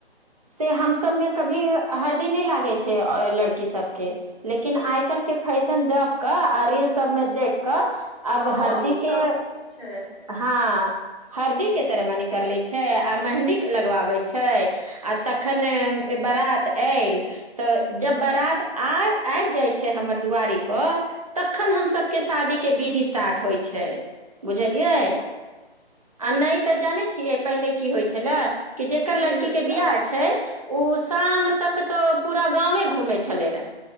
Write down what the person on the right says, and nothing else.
से हम सबमे कभी हरदी नहि लागैत छै लड़की सभके लेकिन आइकाल्हिके फैशन द कऽ आ रील सबमे देख
अब हरदी
के
हँ हरदी के सेरमनी कर लै छैय आ मेहन्दी लगबाबैत छैय आ तखन बारात आयल तऽ जब बारात आ आबि जाइ छैय हमर दुआरीपर तखन हमसभके शादीके विध स्टार्ट होइ छै बुझलियै
आ नहि तऽ जानै छियै पहिले की होइ छलै कि जेकर
लड़की
के बियाह छै ओ शाम तक तो पूरा गावे घूमे छले हे